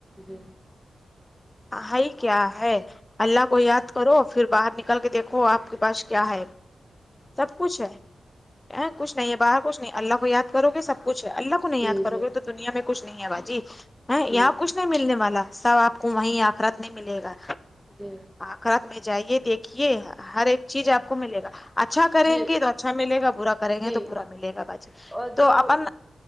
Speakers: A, in the centre; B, on the left.
A: جی
B: ہائی کیا ہے اللہ کو یاد کرو پھر باہر نکل کے دیکھو آپ کے پاس کیا ہے سب کچھ ہے یں کچھ نہیں ہے باہر کچھ نہیں اللہ کو یاد کرو گے سب کچھ ہے اللہ کو نہیں
A: جی
B: یاد کرو
A: جی
B: گے تو دنیا میں کچھ نہیں ہے باجی ہے
A: جی
B: یااں کچھ تو نہیں ملنے والا سب آپ کو وہی آخرت میں ملے گا
A: جی
B: کھات میں جائیے دیکھیے ہر ایک چیز
A: ہاں
B: آپ کو ملےگا اچھا کریں
A: جی
B: گے تو اچھا ملے گا برا کریں
A: جی
B: گے تو برا ملے گا باجی
A: اور
B: تو
A: جو
B: اپن